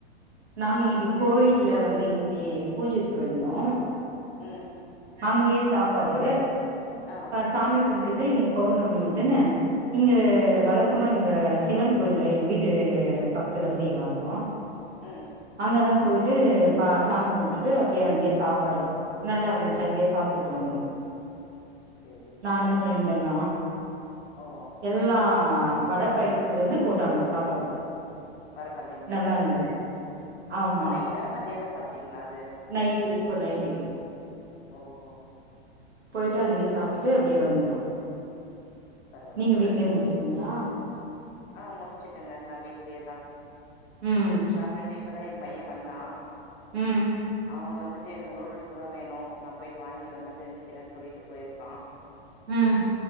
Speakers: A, on the right; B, on the left.
A: நாங்க இன்னைக்கு கோயில்ல வந்து இன்னைக்கு பூஜைக்கு போயிருந்தோ
B: ம்
A: அங்கேயே சாப்பாடு
B: ஆ
A: சாமி கும்டுட்டு இன்னைக்கு பௌர்ணமின்ட்டுன்ன இங்க
B: ஓ
A: வழ க்கமா இங்க சிவன் கோயில்ல எங்க வீட்டு பக்கத்துல செய்வாங்கோ
B: ம்
A: அங்கதா போயிட்டு பா சாமி கும்பிட்டுட்டு அப்டியே அங்கேயே சாப்பாடு நல்லா இருந்துச்சு அங்கே சாப்டுட்டு வந்தோ
B: சேரி
A: நானு
B: சரிங்க
A: ஃப்ரெண்ட் எல்லா
B: ஓ
A: எல்லா வட பாயசத்துல இருந்து போட்டாங்க சாப்பாடு
B: பரவாயில்லைங்க
A: நல்லா இருந்தது ஆமா
B: இப்ப நைட்டா மத்தியானோ சாப்ட்டீங்ளா அது
A: நைட்டு இப்போ நைட்டுக்கு
B: ஓஹோ
A: போயிட்டு அங்கேயே சாப்ட்டு அப்டியே வந்ட்டோ
B: பரவால்ல
A: நீங்க வீட்லயே முச்சுட்டீங்ளா
B: அ முடிச்சுட்டுங்க நா வீட்லயே தா
A: ம்
B: சாப்ட்டுட்டு இப்பதா எ பைய வந்தா
A: ம்
B: அவ வந்துட்டு எனக்கு நூடுல்ஸ் தா வேனோ நா போயிட்டு வாங்கிட்டு வந்து செஞ்சிக்கிறன்னு சொல்லிட்டு போயிருக்கா
A: ம்